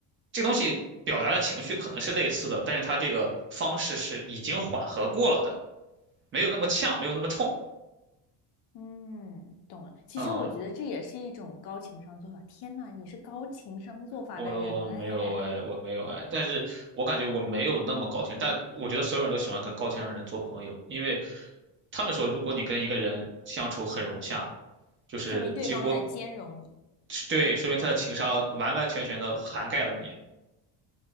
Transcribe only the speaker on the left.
嗯，懂了。其实我觉得这也是一种高情商做法。
天呐，你是高情商做法的人哎，
说明对方是在兼容你。